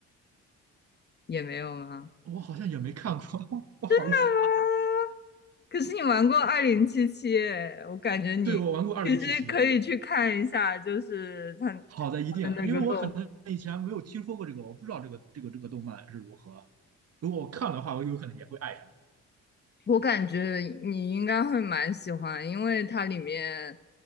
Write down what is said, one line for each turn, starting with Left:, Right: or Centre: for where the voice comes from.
Left: 也没有吗？
Right: 我好像也没看过，<laughs> 不好意思。
Left: <laughs> 啊！可是你玩过二零七七，我感觉你其实可以去看一下，
Right: 对，我玩过《二零七七》。
Left: 就是他他的那个动
Right: 好的，一定，因为我可能以前没有听说过这个，我不知道这个这个这个动漫是如何。如果我看的话，我有可能也会爱上
Left: 我感觉你应该会蛮喜欢，因为它里面，